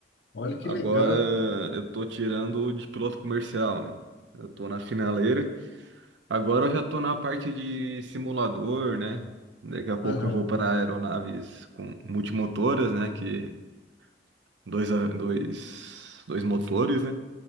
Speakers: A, on the left; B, on the right.
A: Olha que
B: Agora
A: legal.
B: eu tô tirando o de piloto comercial, né? Eu tô na finaleira Agora eu já estou na parte de simulador, né? Daqui a pouco
A: Aham,
B: eu vou para aeronaves com multimotoras, né? Que dois, a- dois, dois motores, né?